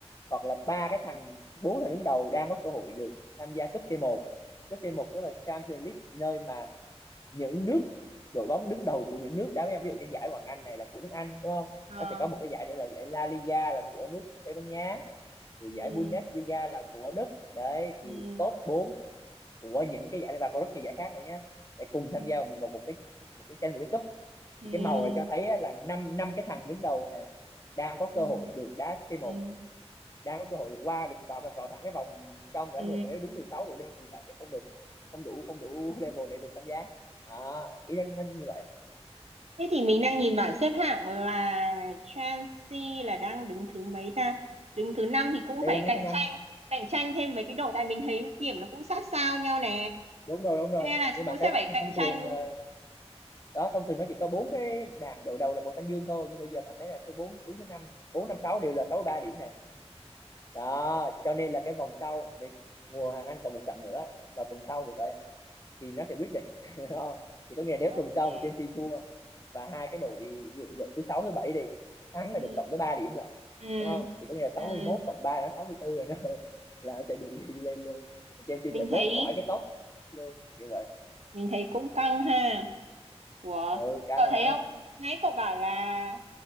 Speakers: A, on the left; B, on the right.
A: hoặc là ba cái thằng bốn thằng đứng đầu đang có cơ hội được tham gia cấp c một. cấp c một tức là Champions League nơi mà những nước đội bóng đứng đầu của những nước đá với nhau ví dụ như giải Hoàng Anh này là của nước Anh đúng không
B: Ờ.
A: nó sẽ có một cái giải nữa là giải La Liga là của nước Tây Ban Nha rồi
B: ừ
A: giải Bundesliga là của Đức đấy thì
B: ừ
A: top 4 của những cái giải này và còn rất nhiều giải khác nữa nhé để cùng
B: ừ
A: tham gia vào một cái một cái tranh một cái cúp
B: ừ
A: thì cái màu này cho thấy á, là năm năm cái thằng đứng đầu này đang có
B: ừ
A: cơ hội được đá c một
B: ừ
A: đang có cơ hội được qua được vào vào thẳng cái vòng trong rồi
B: ừ.
A: đó nhưng mà còn nếu đứng từ 6 độ đi thì bạn sẽ không được không đủ không đủ <laughs> level để được tham gia à, ý đang như vậy
B: Thế thì mình đang nhìn bảng xếp hạng là Chelsea là đang đứng thứ mấy ta? Đứng thứ năm thì cũng
A: đây
B: phải
A: là nước
B: cạnh
A: thứ năm
B: tranh, cạnh tranh thêm mấy cái đội tại mình thấy điểm nó cũng sát sao nhau nè.
A: đúng rồi đúng rồi
B: Thế nên là
A: nhưng mà
B: cũng
A: thấy
B: sẽ phải cạnh
A: thông
B: tranh.
A: thường là đó thông thường nó chỉ có bốn cái đàn đội đầu là màu xanh dương thôi nhưng bây giờ bạn thấy là số bốn đứng thứ năm bốn năm sáu đều là sáu ba điểm này đó cho nên là cái vòng sau về mùa hàng Anh còn một trận nữa vào tuần sau thì vậy thì nó sẽ quyết định <laughs> thì có nghĩa là nếu
B: Ok.
A: tuần sau mà Chelsea thua và hai cái đội đội thứ sáu thứ bảy đi thắng
B: Ừ.
A: là được cộng tới 3 điểm là
B: Ừ.
A: đúng không thì có nghĩa là 61
B: Ừ.
A: cộng 3 là 64 rồi nó <laughs> là sẽ được đi lên luôn Chelsea
B: Mình
A: sẽ
B: thấy
A: rớt khỏi cái top luôn như vậy
B: mình thấy cũng căng ha. Ủa,
A: ừ cao
B: cậu
A: mà
B: thấy không? Nãy cậu bảo là